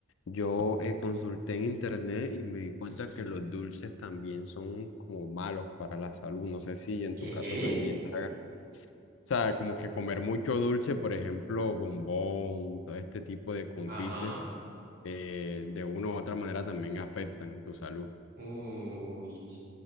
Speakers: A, on the left (about 75°); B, on the right (about 45°).
A: Yo eh, consulté en internet y me di cuenta que los dulces también son como malos para la salud. No sé si en
B: ¿Qué?
A: tu caso también te hagan. O sea, como que comer mucho dulce, por ejemplo, bombón, todo este tipo de confites,
B: Ajá.
A: eh, de una u otra manera también afectan tu salud.
B: Uy.